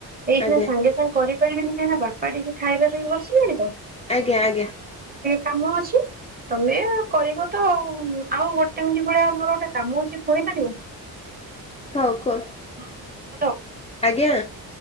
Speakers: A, on the right; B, on the left.
A: ଏଇଖିନା
B: ଆଜ୍ଞା
A: ସାଙ୍ଗେ ସାଙ୍ଗେ କରି କହିବି ଟିକେ ଏଇନା ବାପା ଟିକେ ଖାଇବା ପାଇଁ ବସିଲେଣିତ।
B: ଆଜ୍ଞା ଆଜ୍ଞା।
A: କାମ ଅଛି ତମେ କରିବ ତ ଆଉ ଆଉ ଗୋଟେ ମିନିଟ ଭଳିଆ ମୋର ଗୋଟେ କାମ ଅଛି ଶୁଣି ପାରିବ?
B: ହୋଉ କୁହ।
A: <inaudible>
B: ଆଜ୍ଞା।